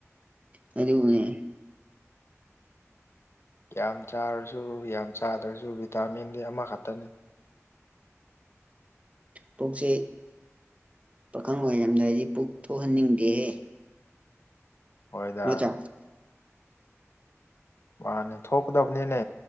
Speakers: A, on the right (about 25°); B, on the left (about 55°).
A: ꯑꯗ ꯎꯅꯦꯦ
B: ꯌꯥꯝ ꯆꯥꯔꯁꯨ ꯌꯥꯝ ꯆꯥꯗ꯭ꯔꯁꯨ ꯚꯤꯇꯥꯃꯤꯟꯗꯤ ꯑꯃꯈꯛꯇꯅꯤ <inaudible>
A: ꯄꯨꯛꯁꯦ ꯄꯥꯈꯪ ꯑꯣꯏ ꯌꯥꯝꯗꯥꯏꯗꯤ ꯄꯨꯛ ꯊꯣꯛꯍꯟꯅꯤꯡꯗꯦꯍꯦ
B: ꯍꯣꯏꯗ
A: ꯅꯠꯇ꯭ꯔꯥ
B: ꯃꯥꯅꯦ ꯊꯣꯛꯀꯗꯕꯅꯤꯅꯦ